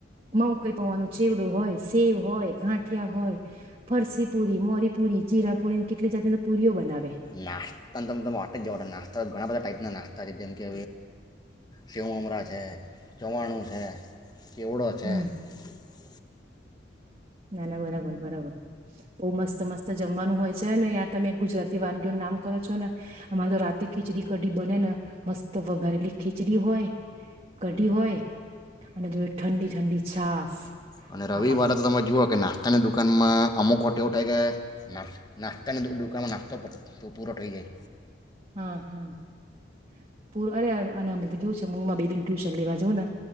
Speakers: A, on the right; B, on the left.
A: મમ કઈ પવાનું ચેવડું હોય સેવ હોય ગાંઠિયા હોય ફરસીપુરી મોરીપુરી જીરાપુરી કેટલી જાતિ તો પુરીઓ બનાવે.
B: નાસ્તા તમે તમે માટે જ જવા નાસ્તા ઘણા બધા ટાઈપના નાસ્તા છે, જેમ કે સેવમરા છે, ચવાણું છે. <unintelligible>
A: હમ ના ના બરાબર બરાબર બઉુ મસ્ત મસ્ત જમવાનું હોય છે ને ય તમે ગુજરાતી વાનગીઓ ન નામ કરો છો ને અમારે તો રાતે ખીચડી કઢી બને ને મસ્ત વઘારેલી ખીચડી હોય કઢી હોય અને જો ઠંડી ઠંડી છાસ.
B: અને રવિ
A: આ હા
B: વારે
A: હા
B: તો તમે જુઓ કે નાસ્તાની દુકાનમાં અમુક હોટ એવો થાય કે ના નાસ્તાની દુકાનમાં નાસ્તો પૂરો થઈ જાય.
A: હા હા <unintelligible> અનામિત એવું છે, <unintelligible> બેબી ને ટ્યુશન લેવા જઉં ને